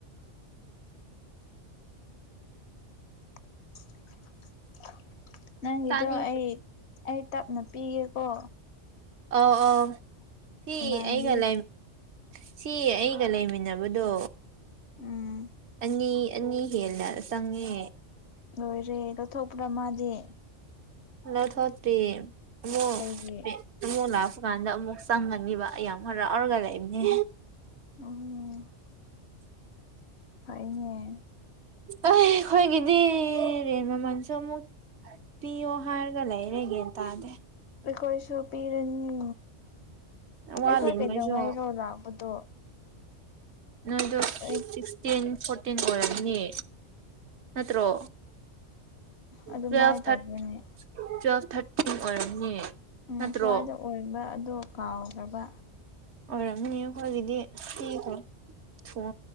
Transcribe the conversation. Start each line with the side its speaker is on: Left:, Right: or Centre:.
Left: <unintelligible> <unintelligible> ꯅꯪꯒꯤꯗꯣ
Right: ꯆꯥꯅꯤꯡ
Left: ꯑꯩ ꯑꯩ ꯇꯞꯅ ꯄꯤꯒꯦꯀꯣ
Right: ꯑꯩ ꯑꯧꯁꯤ
Left: ꯏꯃꯥꯟꯅꯕꯤ
Right: ꯑꯩꯒꯥ ꯂꯩꯝ꯫ ꯁꯤ ꯑꯩꯒ ꯂꯩꯃꯤꯟꯅꯕꯗꯣ
Left: ꯎꯝ
Right: ꯑꯅꯤ ꯅ ꯍꯦꯂꯔ ꯆꯪꯉꯦ
Left: ꯂꯣꯏꯔꯦ ꯂꯧꯊꯣꯛꯄꯗ ꯃꯥꯗꯤ꯫
Right: ꯂꯊꯣꯛꯇꯦ ꯑꯃꯨꯛ꯫
Left: ꯀꯩꯒꯤ
Right: ꯑꯃꯉꯛ ꯂꯥꯛꯄ ꯀꯥꯟꯗ ꯑꯃꯨꯛ ꯆꯪꯒꯅꯤꯕ ꯑꯩ ꯌꯥꯝ ꯈꯔꯥꯎꯔꯒ ꯂꯩꯏꯕꯅꯦ
Left: ꯎꯝ ꯑꯩꯏꯅꯦ
Right: ꯑꯩ ꯈꯣꯏꯒꯗꯤ ꯇꯦꯟ ꯃꯥꯃꯟꯁꯨ ꯑꯃꯨꯛ꯫ ꯄꯤ ꯑꯣ ꯍꯥꯏꯔꯒ ꯂꯩꯔꯦꯒꯦ ꯇꯥꯗꯦ
Left: ꯑꯩꯈꯣꯏꯁꯨ ꯄꯤꯔꯅꯤ
Right: ꯋꯥꯠꯂꯤꯉꯩꯁꯨ
Left: ꯑꯩꯈꯣꯏ ꯀꯩꯗꯧꯉꯩꯔꯣ ꯂꯥꯛꯄꯗꯣ
Right: ꯅꯣꯏꯗ
Left: ꯑꯩ
Right: ꯇꯦꯟ ꯐꯣꯔꯇꯤꯟ ꯑꯣꯏꯔꯝꯅꯤ ꯅꯠꯇ꯭ꯔꯣ꯫
Left: ꯑꯗꯨꯃꯥꯏꯅ
Right: ꯇꯨꯋꯦꯜ ꯊꯥꯔ
Left: ꯇꯧꯕꯅꯦ
Right: ꯇꯨꯋꯦꯜ ꯊꯥꯔꯇꯤ ꯑꯣꯏꯔꯝꯅꯤ꯫
Left: ꯎꯝ
Right: ꯅꯠꯇ꯭ꯔꯣ
Left: ꯁ꯭ꯋꯥꯏꯗ ꯑꯣꯏꯕ ꯑꯗꯣ ꯀꯥꯎꯈ꯭ꯔꯕ꯫
Right: ꯑꯣꯏꯔꯝꯅꯤ ꯀꯗꯤ ꯊ ꯀꯣ ꯊ